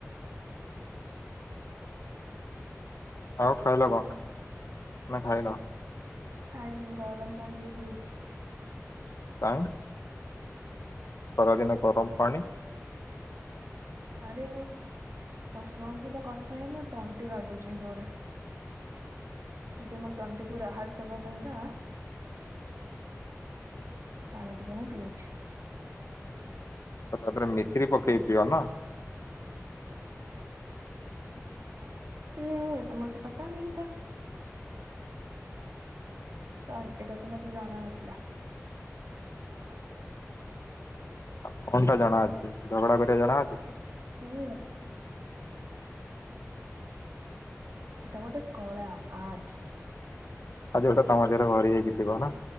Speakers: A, on the left; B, on the right.
A: ଆଉ ଖାଇଲ କଁ ନାଁ ଖାଇନ?
B: ଖାଇନି ଗରମ ପାଣି ଟିଏ ପିଉଛି।
A: କାଇଁ ଖରାଦିିନ ଗରମ ପାଣି?
B: ଆରେ କଷ୍ଟମରଙ୍କ ସହିତ କଥା ହେଇ ମୋ ଟଣ୍ଟି କାଟୁଚି ଜୋରେ ସେଇଥିଆଇଁ ମୋ ତଣ୍ଟିକୁୁ ରାହାତ ଦବା ପାଇଁକା ପାଣି ଟିକେ ମୁଁ ପିଉଛି।
A: ତ ତା ଦେହରେ ମିଶିରି ପକେଇ ପିଅ ନା।
B: ଉଁ <unintelligible> ସରି ଏଇଟା ତ ମତେ ଜଣା ଥିଲା।
A: ଆଉ କଣଟା ଜଣା ଅଛି? ଝଗଡ଼ା କରିବା ଜଣା ଅଛି?
B: ହୁଁ। ସେଟା ଗୋଟେ କଳା ଆଟ୍।
A: ଆଉ ଯୋଉଟା ତମ ଦେହରେ ଭରିହେଇକି ଥିବ ନାଁ।